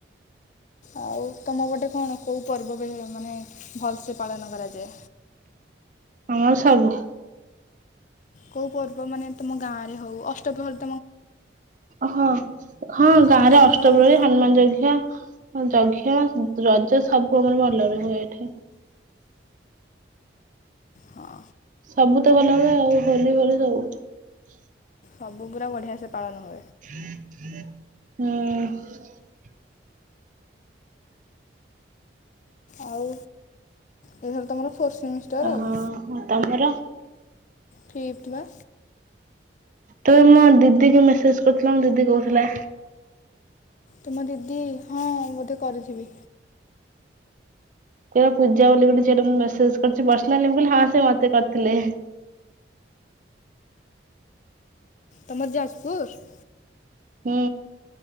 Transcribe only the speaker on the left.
ଆଉ ତମ ପୋଟେ କଣ, କୋଉ ପର୍ବପର୍ବାଣୀ ମାନେ ଭଲ ସେ ପାଳନ କରାଯାଏ।
କୋଉ ପର୍ବ ମାନେ ତୁମୋ ଗାଁରେ ହଉ ଅଷ୍ଟପ୍ରହର
ଅଷ୍ଟପ୍ରହରୀ
ହଁ
ସବୁୁ ପୁରା ବଢିଆ ସେ ପାଳନ ହଏ।
ଆଉ ଏଥର ତମର ଫୋର୍ଥ ସେମିଷ୍ଟର
ଆଉ
ଫିପତ ବା।
ତୁମ ଦିଦି ହଁ ବୋଧେ କରିଥିବି।
ତମର ଯାଜପୁର।